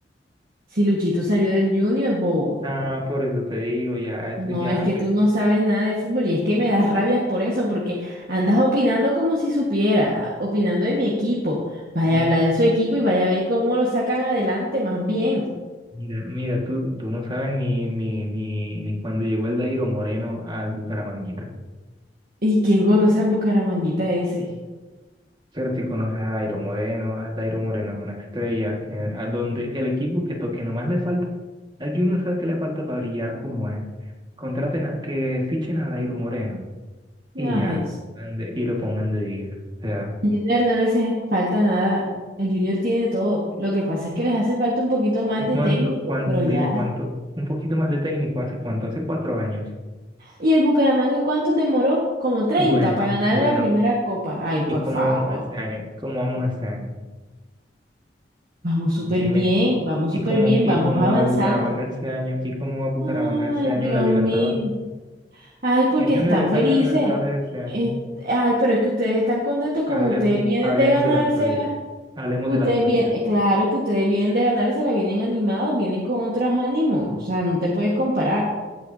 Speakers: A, on the right (about 55°); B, on the right (about 25°).
A: Si Luchito salió del Junior, bobo.
B: Ah, por eso te digo, ya, eso
A: No,
B: ya,
A: es que tú no sabes nada de fútbol y es que me das rabias por eso, porque andas opinando como si supiera, opinando de mi equipo. Vaya
B: mira.
A: a hablar de su equipo y vaya a ver cómo lo sacan adelante, más bien.
B: Mira, mira, tú, tú no sabes ni, ni, ni, ni cuando llegó el Dairo Moreno al Bucaramanga.
A: ¿Y quién conoce al Bucaramanguita ese?
B: Pero si conoces a Dairo Moreno, a Dairo Moreno es una estrella, eh, a donde el equipo que toque nomás le falta, al Junior sabe que le falta para brillar como es. Contraten a, que fichen a Dairo Moreno y
A: Ay,
B: ya, ande- y lo pongan de 10. O sea,
A: Al Junior no le hace falta nada. El Junior tiene todo. Lo que pasa es que les hace falta un poquito más
B: ¿y
A: de
B: cuánto,
A: técnico,
B: cuánto,
A: pero
B: dime
A: ya.
B: cuánto, un poquito más de técnico, hace cuánto, hace cuatro años.
A: ¿Y el Bucaramanga cuánto demoró? Como treinta
B: Bueno,
A: para ganar
B: bueno,
A: la primera copa. Ay, por
B: ¿y cómo
A: favor.
B: vamos este año? ¿Cómo vamos este año?
A: Vamos súper
B: Dime,
A: bien, vamos
B: ¿y
A: súper
B: cómo,
A: bien,
B: y
A: vamos
B: cómo
A: avanzando.
B: va el Bucaramanga este año? ¿Y cómo va Bucaramanga
A: Ay,
B: este año
A: Dios
B: en la Libertadores?
A: mío. Ay, porque
B: El Junior
A: están
B: está
A: felices.
B: en la Libertadores este año.
A: Eh, ay, pero es que ustedes están contentos como
B: Hablemos,
A: ustedes vienen
B: hablemos
A: de ganársela.
B: de la actualidad. Hablemos
A: Ustedes
B: de la actualidad.
A: vienen, eh, claro que ustedes vienen de ganar, se la vienen animados, vienen con otros ánimos, o sea, no te puedes comparar.